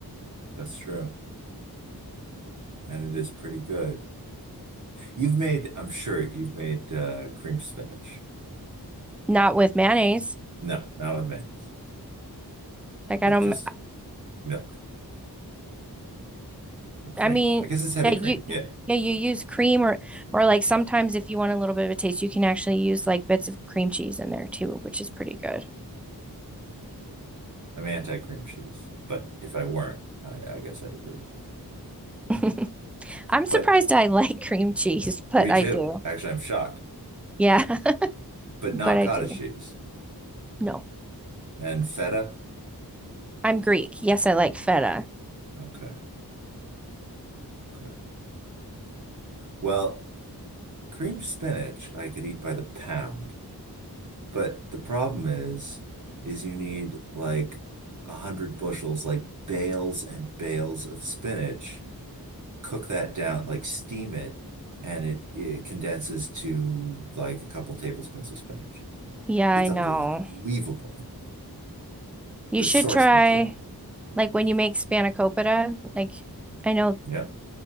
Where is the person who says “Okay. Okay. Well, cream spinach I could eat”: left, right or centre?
Right